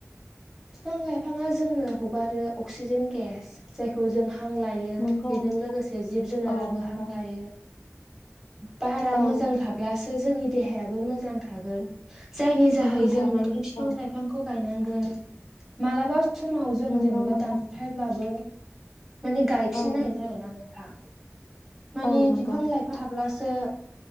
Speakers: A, in the centre; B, on the left.
A: फिफां लाइफाङा जोंनो हगारो अक्सिजेन गेस जायखौ जों हां लायो
B: नंगौ
A: बेजों
B: नोंथां
A: लोगोसे जिब जुनाराबो
B: औ नंगौ
A: हां लायो बारा
B: औ
A: मोजां थाब्लासो जोंनि देहायाबो मोजां थागोन। जायनि जाहै
B: गोग्गो
A: जों
B: थागोन
A: माने बिफां
B: औ
A: लाइ फांखौ गायनांगोन मालाबा समाव जों
B: नंगौ
A: जेनेबा
B: नोंथां
A: दानफायब्लाबो माने गायफिन
B: औ
A: नांगोन आरोना नोंथां माने
B: औ नंगौ
A: बिफां लाइ थाब्लासो